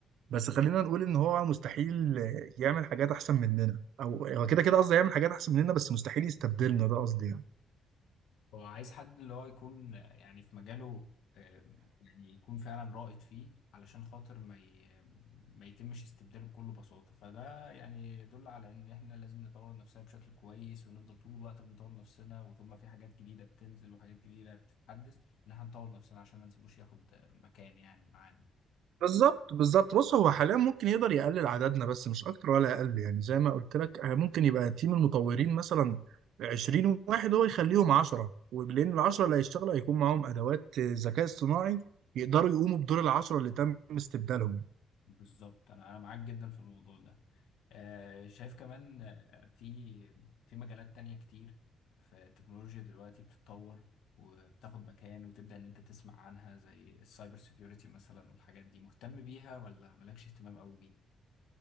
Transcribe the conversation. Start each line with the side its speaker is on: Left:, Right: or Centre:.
Right: بس خلينا نقول ان هو مستحيل يعمل حاجات احسن مننا او هو كده كده قصدي يعمل حاجات احسن مننا بس مستحيل يستبدلنا ده قصدي يعني
Left: هو عايز حد اللي هو يكون آه، يعني في مجاله آه، يعني يكون فعلا رائد فيه علشان خاطر ما ي... ما يتمش استبداله بكل بساطة فده يعني يدل على ان احنا لازم نطور نفسنا بشكل كويس ونفضل طول الوقت بنطور نفسنا وطول ما في حاجات جديدة بتنزل وحاجات جديدة بتتحدث ان احنا نطور نفسنا عشان ما نسيبوش ياخد آه، مكان يعني معانا
Right: بالظبط بالظبط بص هو حاليا ممكن يقدر يقلل عددنا بس مش اكتر ولا اقل يعني زي ما قلت لك آه، ممكن يبقى تيم المطورين مثلا 20 واحد هو يخليهم 10 ولان ال 10 اللي هيشتغلوا هيكون معاهم ادوات آه، ذكاء اصطناعي يقدروا يقوموا بدور ال 10 اللي تم استبدالهم
Left: بالظبط انا انا معاك جدا في الموضوع ده آه، شايف كمان آه، في في مجالات تانية كتير في التكنولوجيا دلوقتي بتتطور وبتاخد مكان وتبدأ إن أنت تسمع عنها زي السايبر سيكيورتي مثلا والحاجات دي مهتم بيها ولا مالكش اهتمام قوي بيها؟